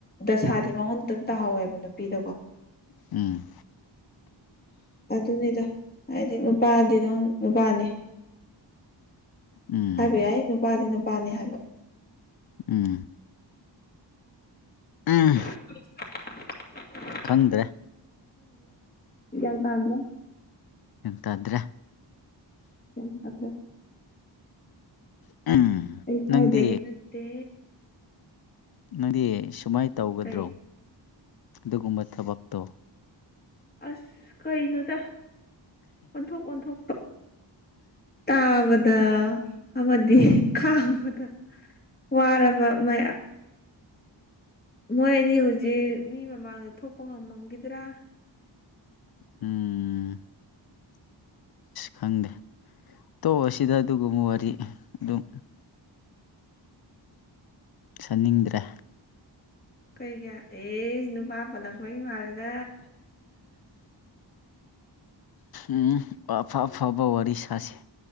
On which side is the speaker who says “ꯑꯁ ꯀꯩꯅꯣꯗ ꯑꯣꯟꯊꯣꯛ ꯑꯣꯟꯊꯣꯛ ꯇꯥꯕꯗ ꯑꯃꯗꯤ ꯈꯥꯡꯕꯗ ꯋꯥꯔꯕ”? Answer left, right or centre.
Left